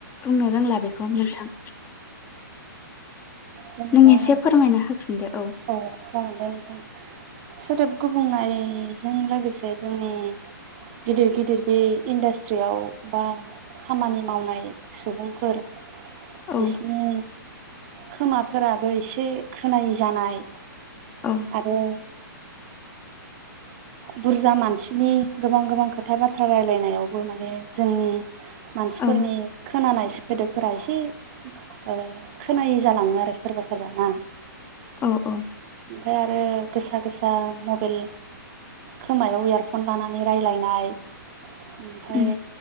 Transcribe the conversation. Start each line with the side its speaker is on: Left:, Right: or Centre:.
Left: बुंनो रोंला बेखौ नोंथां।
Right: जेनेबा
Left: नों एसे फोरमायना होफिनदो
Right: औ जागोन दे नोंथां सोदोब गुबुंनायजों लोगोसे जोंनि गिदिर गिदिर बे इन्डास्ट्रियाव बा खामानि मावनाय सुबुंफोर
Left: औ
Right: बिसिनि खोमाफोराबो एसे खोनायै जानाय
Left: औ
Right: आरो बुरजा मानसिनि गोबां गोबां खोथा बाथ्रा रायलायनायावबो माने जों मानसिफोरनि
Left: औ
Right: खोनानाय सोदोबफोरा एसे ओ खोनायै जालाङो आरो सोरबा सोरबा ना
Left: औ औ
Right: ओमफाय आरो गोसा गोसा मबेल खोमायाव इयारफन लानानै रायजलायनाय ओमफाय
Left: उम